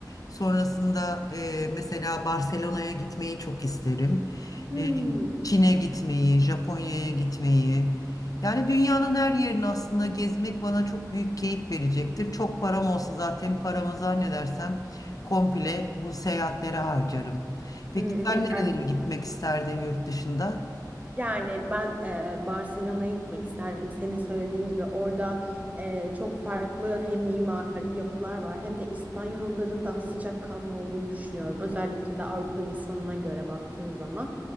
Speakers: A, on the left; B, on the right.
A: Sonrasında e, mesela Barcelona'ya gitmeyi çok isterim.
B: Hmm.
A: E, Hmm. Çin'e gitmeyi, Japonya'ya gitmeyi. Yani dünyanın her yerini aslında gezmek bana çok büyük keyif verecektir. Çok param olsa zaten paramı zannedersem komple bu seyahatlere harcarım. Peki
B: Hı hı,
A: sen nerelere
B: Anladım.
A: gitmek isterdin yurt dışında?
B: Yani ben e, Barcelona'ya gitmek isterdim. Senin söylediğin gibi orada e, çok farklı hem mimari yapılar var hem de İspanyolların daha sıcakkanlı olduğunu düşünüyorum. Özellikle de Avrupa insanına göre baktığın zaman.